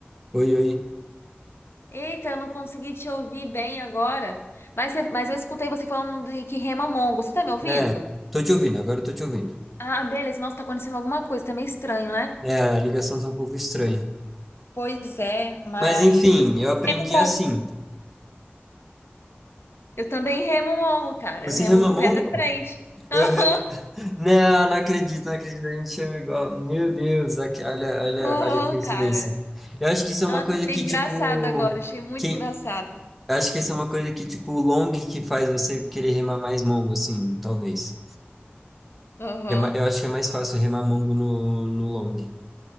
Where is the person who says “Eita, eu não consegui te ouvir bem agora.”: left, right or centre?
Left